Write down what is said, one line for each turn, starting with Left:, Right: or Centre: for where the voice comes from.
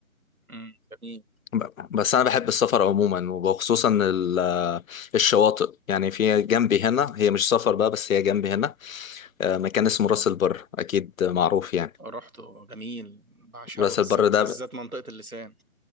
Right: مم، جميل
Left: ب- بس أنا بحب السفر عموما وخصوصا ال- الشواطئ يعني في جنبي هنا هي مش سفر بقى بس هي جنبي هنا آه، مكان اسمه راس البر أكيد معروف يعني
Right: رحته جميل بعشقه
Left: راس
Right: بالذات
Left: البر
Right: بالذات
Left: ده ب-
Right: منطقة اللسان